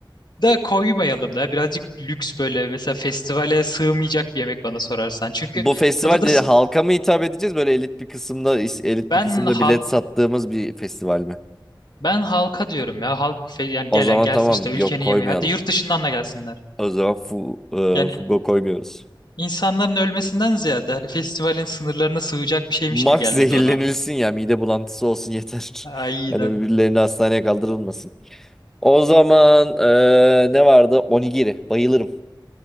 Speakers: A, on the left; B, in the centre.
A: da koymayalım da birazcık lüks böyle mesela festivale sığmayacak bir yemek bana sorarsan. Çünkü
B: Bu festivalde
A: tadı da s-
B: halka mı hitap edeceğiz? Böyle elit bir kısımda elit
A: ben
B: bir kısımda
A: halk
B: bilet sattığımız bir festival mi?
A: ben halka diyorum ya halk fe- yani
B: O
A: gelen
B: zaman
A: gelsin
B: tamam.
A: işte ülkenin
B: Yok koymayalım.
A: yemeği hatta yurt dışından da gelsinler.
B: O zaman fu, e,
A: Yani
B: Fugo koymuyoruz.
A: insanların ölmesinden ziyade hani festivalin sınırlarına sığacak bir şeymiş
B: Max
A: gibi gelmedi
B: <laughs> zehirlenilsin
A: bana.
B: ya. Mide bulantısı olsun yeter.
A: Aynen.
B: <laughs> Hani birbirlerini hastaneye kaldırılmasın. O zaman e, ne vardı? Onigiri. Bayılırım.